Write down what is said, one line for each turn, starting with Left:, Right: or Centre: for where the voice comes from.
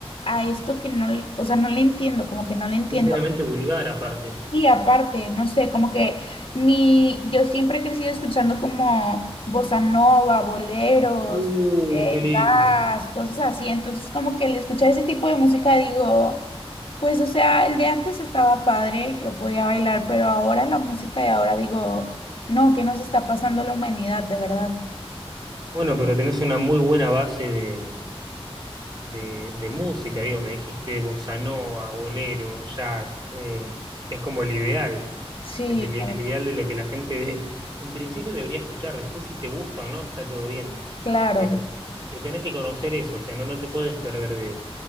Left: a esto que no, le- o sea, no le entiendo, como que no le entiendo.
Right: Es meramente vulgar aparte.
Left: Y aparte, no sé, como que mi, yo siempre he crecido escuchando como bossa nova, boleros,
Right: Uh,
Left: eh,
Right: qué lindo.
Left: jazz, cosas así. Entonces, como que al escuchar ese tipo de música digo, pues, o sea, el de antes estaba padre, lo podía bailar, pero ahora la música de ahora digo, no, ¿qué nos está pasando a la humanidad, de verdad?
Right: Bueno, pero tenés una muy buena base de, de, de música, digo, me dijiste bossa nova, bolero, jazz, eh, es como el ideal,
Left: Sí,
Right: el, el ideal de lo que la gente de- en principio debería escuchar, después si te gusta o no, está todo bien,
Left: claro.
Right: pero el- el tener que conocer eso, o sea, no, no te puedes perder de,